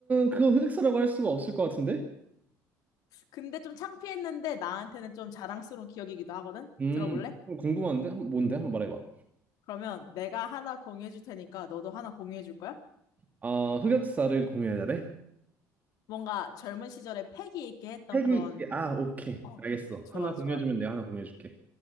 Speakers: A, on the right; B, on the left.
A: 그건 흑역사라고 할 수가 없을 것 같은데?
B: 근데 좀 창피했는데 나한테는 좀 자랑스러운 기억이기도 하거든.
A: 음,
B: 들어볼래?
A: 좀 궁금한데? 한- 뭔데? 한번 말해봐.
B: 그러면 내가 하나 공유해줄 테니까 너도 하나 공유해줄 거야?
A: 아, 흑역사를 공유해야 돼?
B: 뭔가 젊은 시절에 패기 있게 했던
A: 핵이,
B: 그런
A: 있게- 아, 오케이.
B: 어,
A: 알겠어.
B: 좋아,
A: 하나
B: 좋아.
A: 공유해주면 내가 하나 공유해줄게.